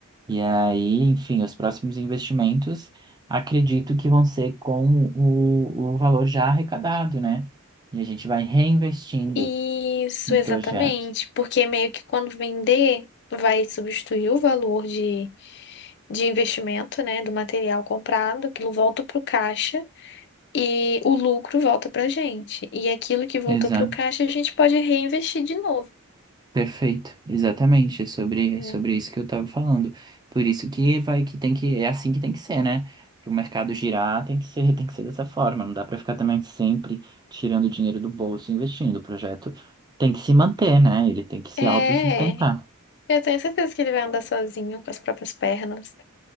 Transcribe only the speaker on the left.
Isso,
exatamente,
porque meio que quando vender, vai substituir o valor de, de investimento, né, do material comprado, aquilo volta para o caixa e o lucro volta para a gente. E aquilo que voltou
para o caixa, a gente pode reinvestir de novo,
né?
É,
eu tenho certeza que ele vai andar sozinho com as próprias pernas.